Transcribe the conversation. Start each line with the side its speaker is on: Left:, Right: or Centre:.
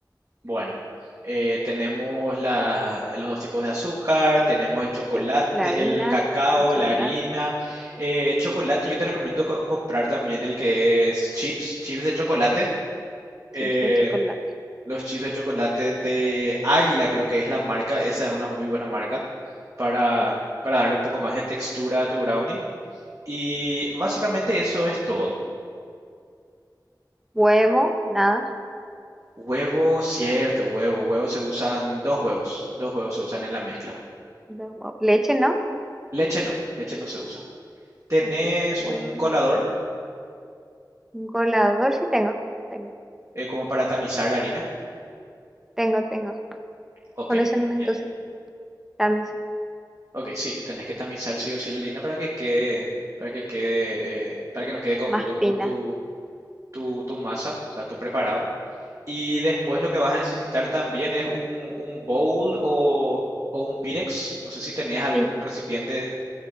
Right: Bueno, eh, tenemos la- los dos tipos de azúcar, tenemos el chocolate,
Centre: Sí, la harina,
Right: el cacao,
Centre: el chocolate,
Right: la harina. Eh, chocolate, yo te recomiendo co- comprar también el que es chips, chips de chocolate. Eh,
Centre: chips de chocolate.
Right: los chips de chocolate de Águila creo que es la marca, esa es una muy buena marca para,
Centre: Ok.
Right: para darle un poco más de textura a tu brownie. Y básicamente eso es todo.
Centre: Huevo, nada,
Right: Huevo, cierto, huevo, huevo se usan dos huevos, dos huevos se usan en la mezcla.
Centre: dos huevos. Leche, ¿no?
Right: Leche no, leche no se usa. ¿Tenés
Centre: Ok, huevo.
Right: un colador
Centre: Un colador sí tengo, tengo,
Right: eh, como para tamizar la harina?
Centre: tengo, tengo.
Right: Ok,
Centre: Con eso nomás
Right: genial.
Centre: entonces camisas
Right: Ok, sí, tenés que tamizar sí o sí la harina para que quede, para que quede, eh, para que no quede con
Centre: más
Right: grumos
Centre: finas.
Right: tu, tu, tu masa, o sea, tu preparado. Y después lo que vas a necesitar también es un, un bowl o, o un pirex. No sé si tenés algún
Centre: Sí,
Right: recipiente,